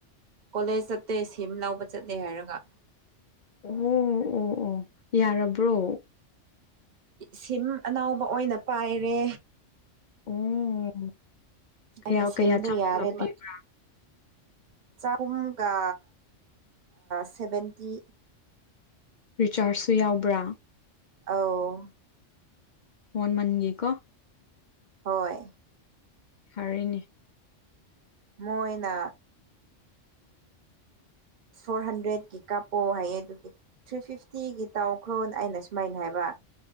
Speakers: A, on the right; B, on the left.
A: ꯀꯣꯂꯦꯖ ꯆꯠꯇꯦ ꯁꯤꯝ ꯂꯧꯕ ꯆꯠꯂꯦ ꯍꯥꯏꯔꯒ
B: ꯑꯣ ꯑꯣ ꯑꯣ ꯌꯥꯔꯕ꯭ꯔꯣ
A: ꯁꯤꯝ ꯑꯅꯥꯎꯕ ꯑꯣꯏꯅ ꯄꯥꯏꯔꯦ
B: ꯑꯣ
A: ꯑꯩꯒꯤ
B: ꯀꯌꯥ
A: ꯁꯤꯝꯗꯣ
B: ꯀꯌꯥ ꯆꯒꯄꯤꯕ
A: ꯌꯥꯔꯦꯕ ꯆꯍꯨꯝꯒ ꯁꯚꯦꯟꯇꯤ
B: ꯔꯤꯆꯥꯔꯖꯁꯨ ꯌꯥꯎꯕ꯭ꯔꯥ
A: ꯑꯧ
B: ꯋꯥꯟ ꯃꯟꯒꯤꯦꯀꯣ
A: ꯍꯣꯏ
B: ꯍꯥꯏꯔꯤꯅꯤ
A: ꯃꯣꯏꯣꯏꯅ
B: <unintelligible>
A: ꯐꯣꯔ ꯍꯟꯗ꯭ꯔꯦꯗꯀꯤ ꯀꯥꯞꯄꯣꯑꯣ ꯍꯥꯏꯌꯦ ꯑꯗꯨꯗꯤ ꯊ꯭ꯔꯤ ꯐꯤꯐꯇꯤꯒꯤ ꯇꯥꯎꯈ꯭ꯔꯣ ꯑꯩꯅ ꯁꯨꯃꯥꯏꯅ ꯍꯥꯏꯕ